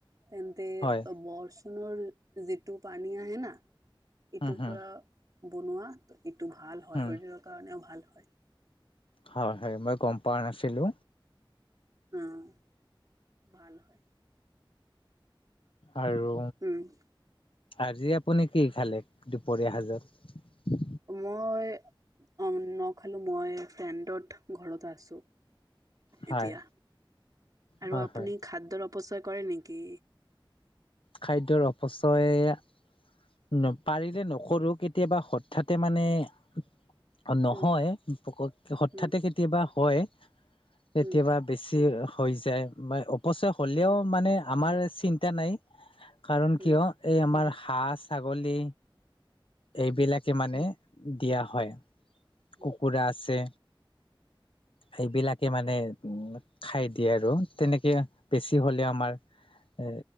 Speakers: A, on the right (about 45°); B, on the left (about 80°).
A: তেন্তে
B: হয়
A: বৰচুণৰ। যিটো পানী আহে না এইটোৰ
B: উম হম
A: পৰা বনোৱা। ইটো ভাল হয়
B: উম
A: শৰীৰৰ কাৰণেও ভাল হয়।
B: হয় হয় মই গম পাৱা নাছিলো।
A: উম, ভাল হয় ৷
B: আৰু
A: উম
B: আজি আপুনি কি খালে দুপৰীয়া সাজত
A: মই অ নখালো মই ফ্ৰেণ্ডত ঘৰত আছো।
B: হয়,
A: এতিয়া আৰু
B: হয়,
A: আপুনি
B: হয়।
A: খাদ্যৰ অপচয় কৰে নেকি?
B: খাদ্যৰ অপচয় পাৰিলে নকৰো কেতিয়াবা হঠাতে মানে <unintelligible> নহয়
A: উম
B: হঠাতে
A: উম
B: কেতিয়াবা হয় কেতিয়াবা
A: উম
B: বেছি হৈ যায় বা অপচয় হলেও
A: উম
B: মানে আমাৰ চিন্তা নাই। কাৰণ
A: উম
B: কিয় এই আমাৰ হাঁহ ছাগলী
A: উম
B: এইবিলাকে মানে দিয়া হয়
A: উম
B: কুকুৰা আছে সেইবিলাকে মানে উ খাই দিয়ে আৰু তেনেকে বেছি হলেও আমাৰ এ